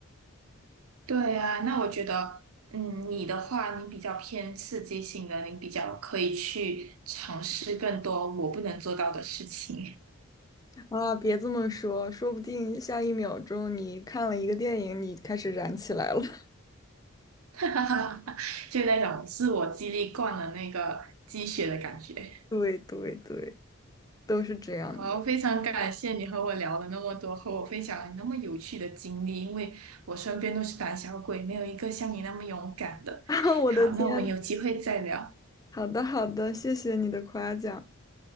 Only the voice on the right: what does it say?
对呀，那我觉得，嗯，你的话，你比较偏刺激性的，你比较可以去尝试更多我不能做到的事情，
<laughs> 哈哈哈就那种自我激励惯了那个鸡血的感觉。
好，非常感谢你和我聊了那么多，和我分享了你那么有趣的经历，因为我身边都是胆小鬼，没有一个像你那么勇敢的。
好，那我们有机会再聊。